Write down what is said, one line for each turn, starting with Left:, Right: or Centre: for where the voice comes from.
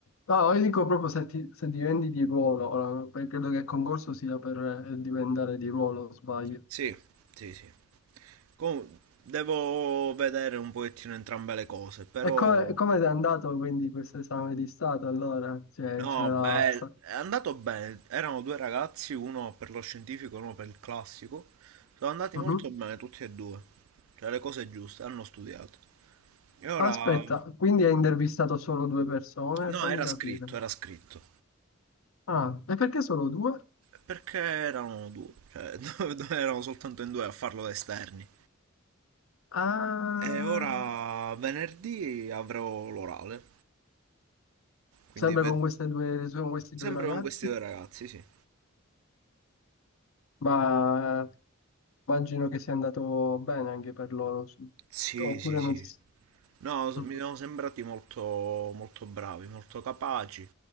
Left: No, io dico proprio se, ti- se diventi di ruolo, ora, perché credo che il concorso sia per eh, diventare di ruolo, sbaglio.
Right: Sì, sì, sì. Com- devo vedere un pochettino entrambe le cose, però...
Left: E come, e come è andato quindi questo esame di Stato allora? Cioè,
Right: No,
Left: c'era...
Right: beh,
Left: sta-
Right: è andato bene. Erano due ragazzi, uno per lo scientifico e uno per il classico. Sono andati
Left: Mhm.
Right: molto bene tutti e due. Cioè le cose giuste, hanno studiato. E ora...
Left: Aspetta, quindi hai intervistato solo due persone?
Right: No,
Left: Fammi
Right: era
Left: capire.
Right: scritto, era scritto.
Left: Ah, e perché solo due?
Right: Perché erano due, cioè <laughs> erano soltanto in due a farlo da esterni.
Left: Ah,
Right: E ora venerdì avrò l'orale, quindi
Left: sempre
Right: ved-
Left: con queste due, con questi
Right: sempre
Left: due ragazzi?
Right: con questi due ragazzi, sì.
Left: Ma eh, immagino che sia andato bene anche per loro, su-
Right: Sì,
Left: oppure
Right: sì, sì.
Left: non si... s-
Right: No, s- mi
Left: Mm.
Right: sono sembrati molto, molto bravi, molto capaci.